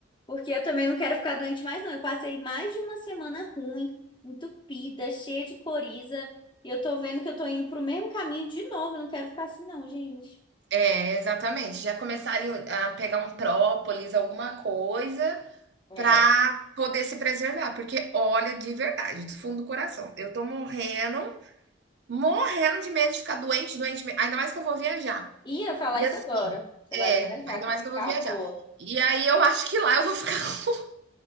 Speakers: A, on the left; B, on the right.
A: Porque eu também não quero ficar doente mais, não. Eu passei mais de uma semana ruim, entupida, cheia de coriza. E eu tô vendo que eu tô indo pro mesmo caminho de novo. Eu não quero ficar assim, não, gente.
B: É, exatamente. Já começar ali a pegar um própolis, alguma coisa,
A: É.
B: para poder se preservar. Porque, olha, de verdade, do fundo do coração, eu tô morrendo, morrendo de medo de ficar doente, doente. me- Ainda mais que eu vou viajar.
A: Ia falar
B: E
A: isso
B: assim
A: agora. Você
B: é,
A: vai viajar,
B: ainda
A: tem
B: mais
A: que
B: que
A: ficar
B: eu vou viajar.
A: boa.
B: E aí eu acho que lá eu vou ficar <laughs>